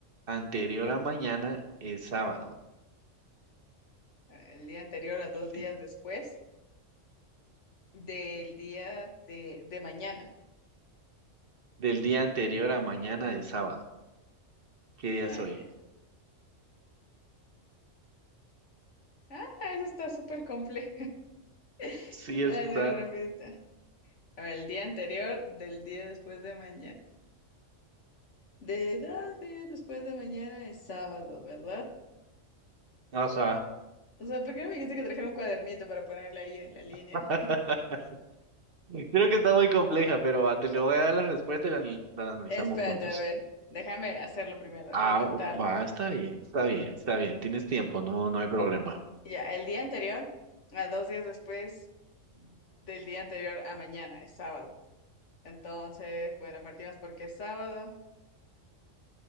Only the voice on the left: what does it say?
el día anterior a dos
días
después del día de, de mañana.
Ah,
ya. Ah, eso está súper complejo. <laughs>
Estaba
haciendo una visita. A ver, el día anterior del día después de mañana. De dos días después de mañana es sábado, ¿verdad?
O sea, ¿por qué no me dijiste que trajera un cuadernito para ponerle ahí en la línea?
Espérate,
a ver, déjame hacerlo primero, déjame
intentarlo.
Ya, el día anterior, a dos días después del día anterior a mañana, es sábado. Entonces, bueno, partimos porque es sábado,